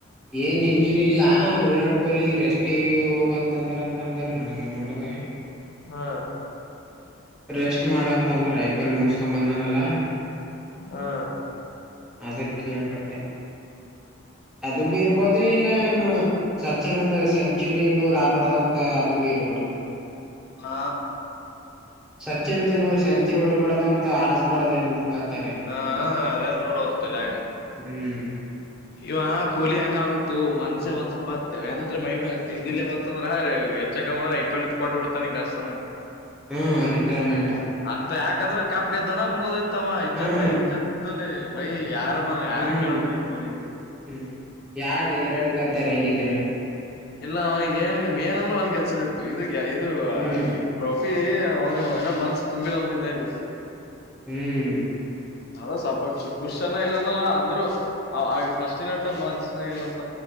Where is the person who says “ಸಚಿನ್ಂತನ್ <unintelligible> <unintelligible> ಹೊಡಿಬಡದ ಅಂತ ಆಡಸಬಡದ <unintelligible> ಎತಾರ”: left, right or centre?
Centre